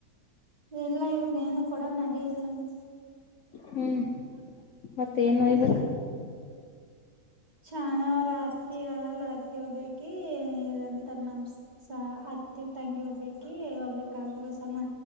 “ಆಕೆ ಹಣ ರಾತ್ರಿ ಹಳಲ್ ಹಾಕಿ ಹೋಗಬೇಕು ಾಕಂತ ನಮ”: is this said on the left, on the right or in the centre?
Right